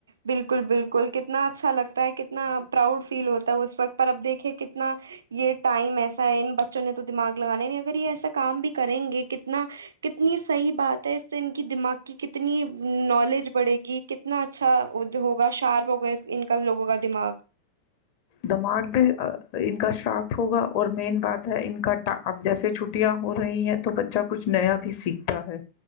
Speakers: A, on the right (about 65°); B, on the left (about 45°).
A: بالکل بالکل کہ کتنا اچھا لگتا ہے کتنا پراؤڈ فیل ہوتا ہے اس وقت پر اب دیکھے کتنا یہ ٹائم ایسا ہے ان بچ چنے تو دماغ لگانے نہیں اگر یہ ایسا کام بھی کریں گے کتنا کتنی صحیح بات ہے اس سے ان کی دماغ کی کتنی نالالج بڑھے گی کتنا اچھا ہوگا شارپ ہوگا ان کا لوگوں کا دماغ
B: دماغ بھی ان کا شارپ ہوگا اور مین بات ہے ان کا اب جیسے چھٹیاں ہو رہی ہیں تو بچہ کچھ نیا بھی سیکھتا ہے